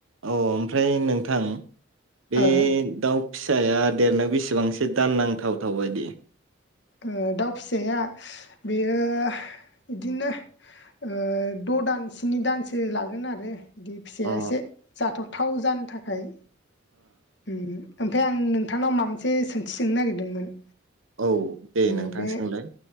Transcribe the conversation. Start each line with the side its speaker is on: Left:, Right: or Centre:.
Right: औ ओमफ्राय नोंथां बे
Left: ओ
Right: दाउ फिसाया देरनायाव बेसेबांसो दाननांथावथाव बायदि?
Left: ओ दाउ फिसाया बेयो बिदिनो ओ द' दान स्नि दानसो लागोन आरो बिदि फिसाया
Right: अ
Left: एसे जाथावथाव जानो थाखाय ओम ओमफ्राय आं नोंथांनाव माबा मोनसे सोंथि सोंनो नागिरदोंमोन?
Right: औ दे
Left: ओ
Right: नोंथां
Left: बे
Right: सोंलाय